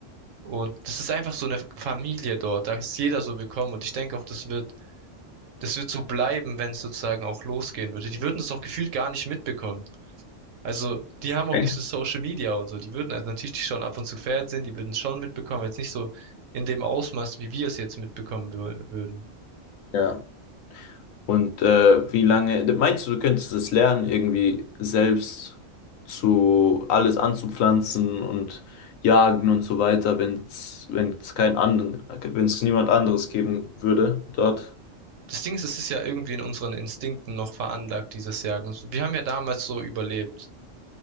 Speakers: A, on the right; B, on the left.
A: Und das ist einfach so eine Familie dort. Da ist jeder so willkommen. Und ich denke auch, das wird, das wird so bleiben, wenn es sozusagen auch losgehen würde. Die würden es auch gefühlt gar nicht mitbekommen. Also, die haben auch
B: Okay.
A: nicht so Social Media und so. Die würden, also natürlich, die schauen ab und zu Fernsehen, die würden es schon mitbekommen, jetzt nicht so in dem Ausmaß, wie wir es jetzt mitbekommen wür würden.
B: Ja. Und äh, wie lange, meinst du, du könntest es lernen, irgendwie selbst zu alles anzupflanzen und jagen und so weiter, wenn es wenn es kein anderen, wenn es niemand anderes geben würde dort?
A: Das Ding ist, es ist ja irgendwie in unseren Instinkten noch veranlagt, dieses Jagen. So, Wir haben ja damals so überlebt.